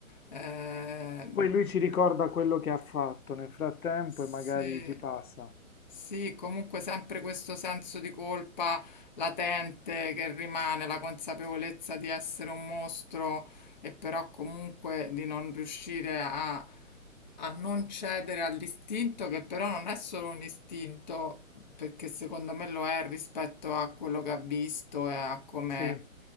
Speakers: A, on the left; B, on the left.
A: Eh,
B: Poi lui ci ricorda quello che ha fatto nel frattempo
A: sì,
B: e magari ci passa.
A: sì, comunque sempre questo senso di colpa latente che rimane, la consapevolezza di essere un mostro e però comunque di non riuscire a, a non cedere all'istinto, che però non è solo un istinto, perché secondo me lo è rispetto a quello che ha visto e a come
B: Sì,